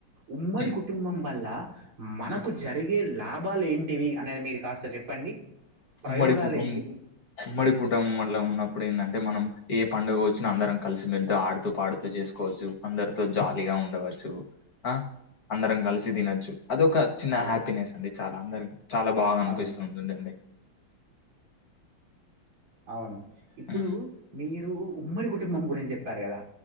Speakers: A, on the right; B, on the left.
A: ఉమ్మడి
B: హ్మ్.
A: కుటుంబం వల్ల మనకు
B: హ్మ్.
A: జరిగే లాభాలు ఏంటివి అనేది మీరు కాస్త చెప్పండి ప్రయోగాలు
B: మరికుటంబ
A: ఏంటివి
B: మరిికటంబ మల ఉన్న ఇప్పుడు ఏందంటే మనం ఏ పండుగ వచ్చిన అందరం కలిసి మెళ్తూ ఆడుతూ పాడుతూ చేస్ కోచ్చు అందరితో జాలీగా ఉండవచ్చు ఆ అందరం కలిసి తినొచ్చు అదొక చిన్న హ్యాపీనెస్ అండి చాలా అందరి చాలా బాగ
A: అవును
B: అనిపిస్తు ఉంటుందండి
A: అవును ఇప్పుడు
B: హ్మ్.
A: మీరు ఉమ్మడి కుటుంబం గురించి చెప్పారు కదా